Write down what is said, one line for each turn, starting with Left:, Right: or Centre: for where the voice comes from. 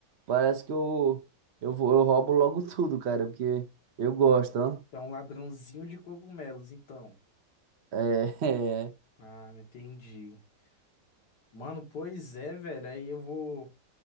Right: parece que eu, eu vou, eu roubo logo <laughs> tudo, cara, porque eu gosto, ó,
Left: É um ladrãozinho de cogumelos, então.
Right: é, <laughs> é.
Left: Ah, entendi. Mano, pois é, velho, aí eu vou.